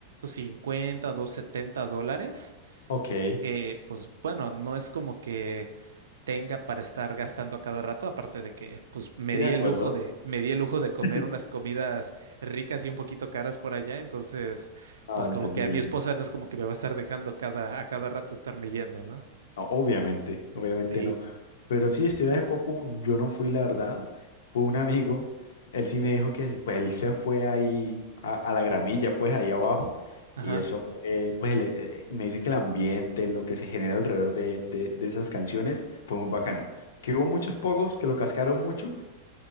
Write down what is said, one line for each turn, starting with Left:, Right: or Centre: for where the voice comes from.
Right: 250, setenta dólares
Left: ok,
Right: que, pues bueno, no es como que tenga para estar gastando a cada rato, aparte de que, pues me
Left: sí,
Right: di
Left: de acuerdo.
Right: el Sí. lujo de, me di el lujo de
Left: <laughs>
Right: comer unas comidas ricas y un poquito caras por allá, entonces,
Left: Ah,
Right: pues
Left: entendible.
Right: como que a mi esposa no es como que me va a estar dejando cada, a cada rato estarme yendo, ¿no?
Left: No, obviamente, obviamente
Right: Sí.
Left: no. Pero sí, estuve hace poco, yo no fui, la verdad. Fue un amigo, él sí me dijo que se- pues, él se fue ahí a, a la gramilla, pues ahí abajo.
Right: Ajá.
Left: Y eso fue, pues el- eh, eh, me dice que el ambiente, lo que se genera alrededor de, de, de esas canciones, fue muy bacano. Que hubo muchos pogos, que lo cascaron mucho,